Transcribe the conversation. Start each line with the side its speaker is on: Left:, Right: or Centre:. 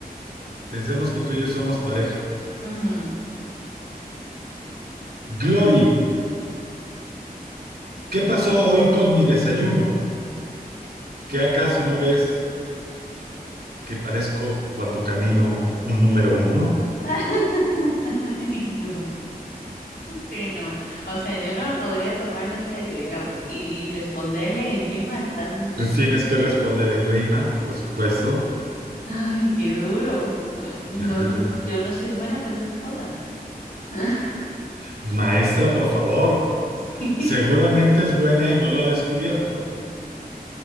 Right: pensemos que tú y yo somos pareja.
Left: Ujú.
Right: Glory, ¿qué pasó hoy con mi desayuno? ¿Qué acaso no ves? que parezco cuando camino un número uno?
Left: <laughs> Ay, no, sí, no. O sea, yo no podría tomarlo en serio, digamos, y, y responderle en rima es tan...
Right: Pues tienes que responder en rima, por supuesto.
Left: Ay, qué duro. Eh, No,
Right: <laughs>
Left: so- yo no soy buena para esas cosas. <laughs>
Right: Maestra, por favor.
Left: Sí.
Right: Seguramente es buena y no lo ha descubierto.